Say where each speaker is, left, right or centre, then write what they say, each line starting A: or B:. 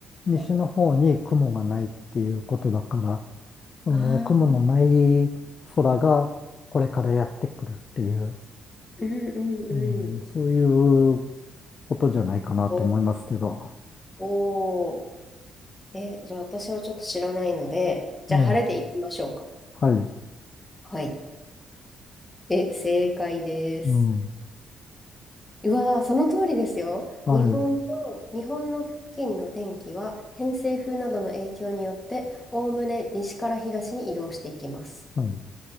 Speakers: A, on the left; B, on the left.
A: 西の方に雲がないっていうことだから、
B: はい。
A: その雲のない空がこれからやってくるっていう、
B: ああ。うんうんうん。
A: うん、そういうことじゃないかなと思いますけど。
B: お、おー。え、じゃあ私はちょっと知らないので、じゃあ晴れでいきましょうか。
A: ええ、はい、
B: はい。え、正解です。
A: うん、
B: うわー、その通りですよ。
A: はい、
B: 日本の、日本の付近の天気は偏西風などの影響によって、おおむね西から東に移動していきます。
A: はい。